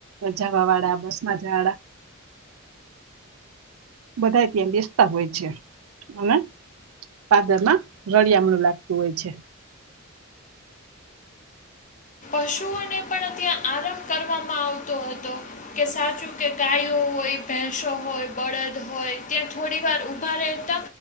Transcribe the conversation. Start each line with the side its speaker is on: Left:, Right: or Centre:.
Right: જા વાવાળા, બસમાં જાવાવાળા બધાય ત્યાં બેસતા હોય છે, અને પાદરમાં, રળિયામણું લાગતું હોય છે.
Left: પશુઓને પણ ત્યાં આરામ કરવામાં આવતો હતો. કે સાચું કે ગાયો હોય, ભેંસો હોય, બળદ હોય, ત્યાં થોડી વાર ઊભા રહેતા,